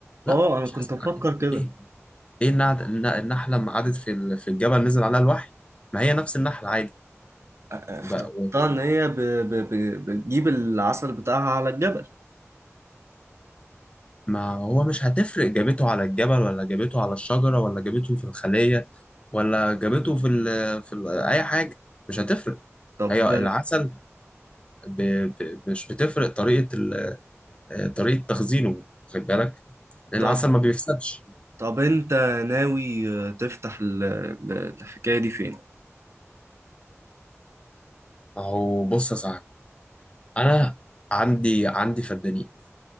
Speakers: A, on the left; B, on the right.
A: لا
B: آه أنا
A: مش
B: كنت
A: حاسس
B: بفكر
A: بحاجة.
B: كده
A: ايه ايه النعد- الن- النحله لما قعدت في ال- في الجبل نزل عليها الوحي ما هي نفس النحله عادي
B: افتكرتها
A: ب- و-
B: إن هي ب... ب... ب... بتجيب العسل بتاعها على الجبل
A: ما هو مش هتفرق جابته على الجبل ولا جابته على الشجره ولا جابته في الخليه ولا جابته في ال في ال اي حاجه مش هتفرق
B: طب
A: هي العسل ب... ب... مش بتفرق طريقه ال... آه، طريقه تخزينه خد بالك العسل
B: طب
A: ما بيفسدش
B: طب أنت ناوي تفتح ال... ال- الحكاية دي فين؟
A: ما هو بص يا صاحبي انا عندي عندي فدانين